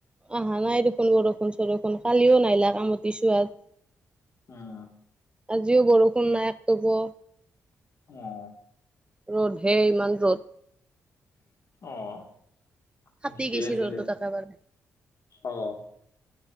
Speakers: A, on the right; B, on the left.
A: আহা নাই দেখোন বৰষুণ চৰষুণ কালিও নাইলা কামতি চোৱাত
B: উম
A: আজিও বৰষুণ নাই একটোপো
B: অহ
A: ৰ'দহে ইমান ৰ'দ
B: অহ
A: ফাটি
B: ঠিকেই
A: গৈছি
B: আছে
A: ৰ'দত
B: দে
A: একেবাৰে
B: অহ